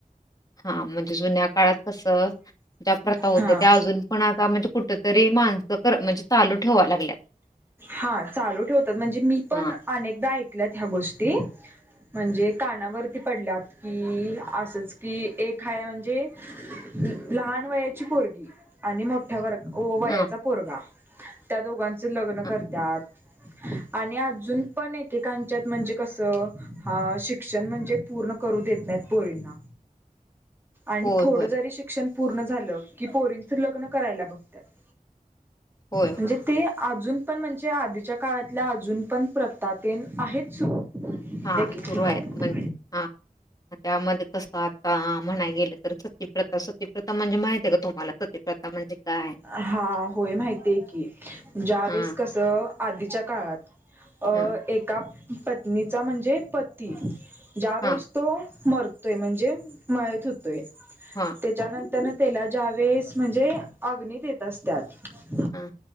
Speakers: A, on the left; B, on the right.
A: हा म्हणजे जुन्या काळात कसं प्रथा होत्या
B: हा
A: त्या अजून पण - कुठ तरी माणसं खर म्हणजे चालू ठेवा लागल्यात
B: हा चालू ठेवतात म्हणजे मी पण
A: हां,
B: अनेकदा ऐक ल्यात ह्या गोष्टी म्हणजे कानावरती पडल्यात की असच कि एक ह म्हणजे लहान वयाची पोरगी आणि मोठ्या व या - वयाचा
A: हां,
B: पोरगा त्या दोघांच लग्न
A: हां.
B: कर - त्यात आणि अजून पण एकेकांच्यात म्हणजे कसं ह शिक्षण म्हणजे पूर्ण करू देत नाहीत पोरींना आणि
A: होय,
B: थोडं
A: होय.
B: जरी शिक्षण पूर्ण झालं कि पोरींचं लग्न करायला बघत्यात
A: होय,
B: म्हणजे
A: होय.
B: ते अजून पण म्हणजे आधीच्या काळातल्या अजून पण प्रतातेन आहेत सुरू
A: हा
B: एक
A: सुरू
B: एक ठिकाणी
A: आहेत म्हण हा त्यामध्ये कस - <unintelligible> म्हणायला गेल तर सतीप्रथा सतीप्रथा म्हणजे माहित आहे का तुमला सतीप्रथा म्हणजे का
B: हा होय माहिती आहे की ज्या वेळेस
A: हां,
B: कसं आधीच्या काळात अ
A: हां,
B: एका - पत्नीचा म्हणजे पती ज्यावेेळेस
A: हां,
B: तो मर - तोय म्हणजे मयत होतोय
A: हां,
B: तेच्यानंत - तेनं त्याला जावेस म्हणजे अग्नी देत असत्यात
A: हम